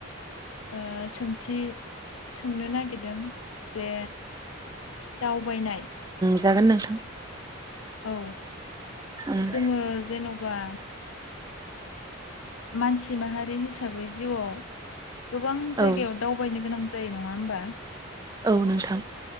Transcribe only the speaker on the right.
जागोन नोंथां।
ओं
औ
औ नोंथां